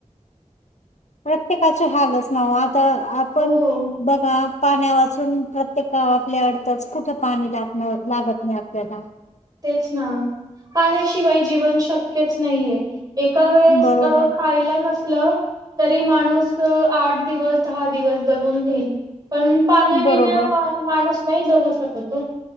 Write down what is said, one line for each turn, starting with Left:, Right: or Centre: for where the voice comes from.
Left: प्रत्येकाचे हालच नावो आ त आपण
Right: हो
Left: बघा पाण्या वाचून प्रत्येका आपल्या अडतंच, कुठे पाणी ला लागत नाही आपल्याला.
Right: तेच ना पाण्याशिवाय जीवन शक क्यच नाहीये एका वेळेस
Left: बरोबर
Right: अ खायला नस तरी माणूस अ आठ दिवस, दहा दिवस जगून घेईन. पण पाण्याविणा
Left: बरोबर
Right: माणूस नाही जगू शकत ओ.